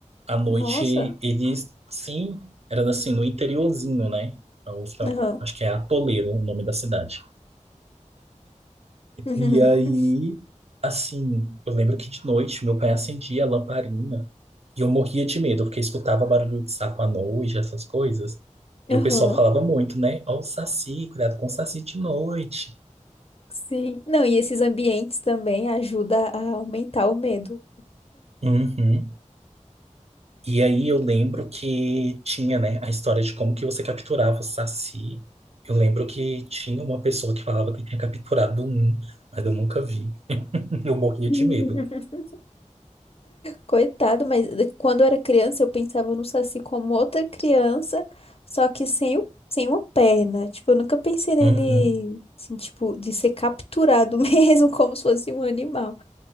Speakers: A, on the right; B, on the left.
A: À noite,
B: Nossa.
A: eles, sim, era assim, no interiorzinho, né? Então,
B: Aham.
A: Acho que é Atoleiro o nome da cidade.
B: <laughs>
A: E aí, assim, eu lembro que de noite meu pai acendia a lamparina e eu morria de medo, porque eu escutava barulho de sapo à noite, essas coisas. E
B: Aham.
A: o pessoal falava muito, né? Ó, o saci, cuidado com o saci de noite.
B: Sim. Não, e esses ambientes também ajudam a aumentar o medo.
A: Uhum. E aí eu lembro que tinha, né, a história de como que você capturava o saci. Eu lembro que tinha uma pessoa que falava que tinha capturado um, mas eu nunca vi. <laughs> Eu morria
B: <laughs>
A: de medo.
B: Coitado, mas quando eu era criança eu pensava no Saci como outra criança, só que sem o, sem uma perna. Tipo, eu nunca pensei nele,
A: Uhum.
B: assim, tipo, de ser capturado <laughs> mesmo, como se fosse um animal.